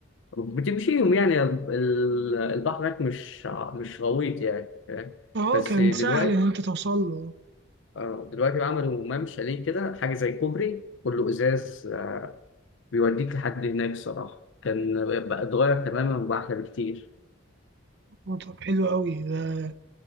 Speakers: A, on the left (about 65°); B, on the right (about 55°).
A: بتمشيهم يعني ال- ال- البحر هناك مش ع- مش غويط يعني فاهم؟
B: اه
A: بس
B: كان
A: دلوقتي
B: سهل ان انت توصل له
A: آه، دلوقتي بقى عملوا ممشى ليه كده حاجه زي كوبري كله ازاز آه، بيوديك لحد هناك صراحه كان بقى اتغير تماما وبقى احلى بكتير
B: آه، طب حلو قوي ده,